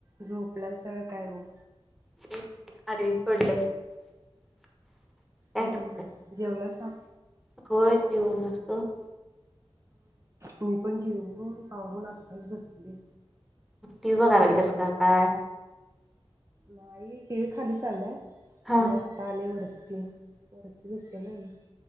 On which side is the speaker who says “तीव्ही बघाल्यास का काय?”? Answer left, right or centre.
Centre